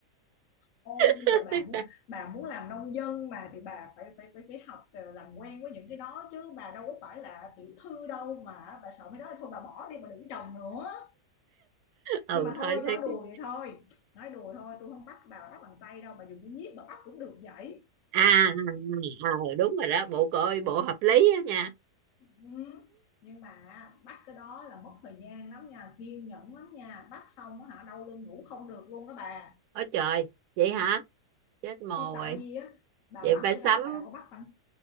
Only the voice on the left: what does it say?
ôi
bây giờ bà muốn bà muốn làm nông dân mà thì bà phải phải phải phải học ờ, làm quen với những cái đó chứ bà đâu có phải là tiểu thư đâu mà bà sợ mấy đó thôi bà bỏ đi mà đừng trồng nữa
nhưng mà
thôi nói
đùa vậy thôi nói đùa thôi tôi không bắt bà bắt bằng tay đâu bà dùng cái nhíp bà bắt cũng được vậy
ừ. nhưng mà bắt cái đó là mất thời gian lắm nha kiên nhẫn lắm nha bắt xong á hả đau lưng ngủ không được luôn đó bà
thì tại
vì á bà
bắt
cái
đó bà đâu có bắt bằng